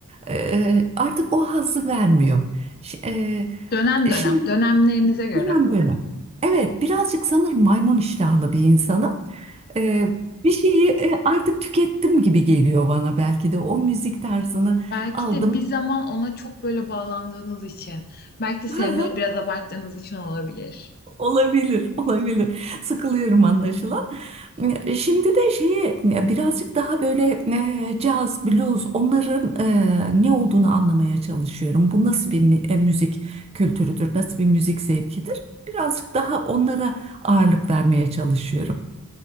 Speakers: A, on the right; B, on the left.
A: Ee, artık o hazzı vermiyor. Ş-
B: Dönem
A: e,
B: dönem,
A: Şimdi
B: dönemlerinize göre.
A: Aynen böyle. Evet, birazcık sanırım maymun iştahlı bir insanım. Ee, bir şeyi e, artık tükettim gibi geliyor bana belki de. O müzik tarzını
B: Belki
A: aldım.
B: de bir zaman ona çok böyle bağlandığınız için, belki de sevmeyi
A: <laughs>
B: biraz abarttığınız için olabilir.
A: Olabilir, olabilir. Sıkılıyorum anlaşılan. E, Şimdi de şeyi e, birazcık daha böyle e, caz, blues onların e, ne olduğunu anlamaya çalışıyorum. Bu nasıl bir mi- e, müzik kültürüdür, nasıl bir müzik zevkidir? Birazcık daha onlara ağırlık vermeye çalışıyorum.